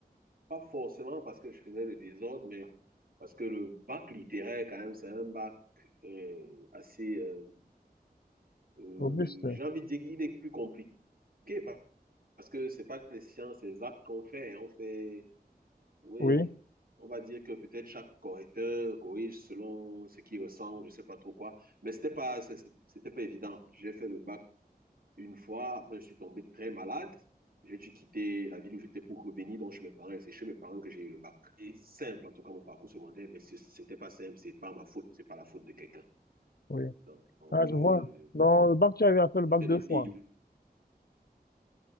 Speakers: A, on the right; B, on the left.
A: Pas forcément parce que je faisais le désordre, mais parce que le bac littéraire, quand même, c'est un bac euh, assez... euh, euh,
B: Auguste.
A: j'ai envie de dire qu'il est plus compliqué pa- parce que c'est pas des sciences exactes qu'on fait. On fait... Oui,
B: Oui,
A: on va dire que peut-être chaque correcteur corrige selon ce qu'il ressent ou je sais pas trop quoi. Mais c'était pas, c'est- c'est- c'était pas évident. J'ai fait le bac une fois, après, je suis tombé très malade. J'ai dû quitter la ville où j'étais pour revenir donc chez mes parents. Et c'est chez mes parents que j'ai eu le bac. C'est simple, en tout cas, mon parcours secondaire, mais c'était pas simple. C'est pas ma faute. C'est pas la faute de quelqu'un.
B: oui.
A: Donc,
B: Ah, je
A: euh,
B: vois. Dans le bac, tu as eu à faire
A: c'était
B: le bac deux
A: le début.
B: fois.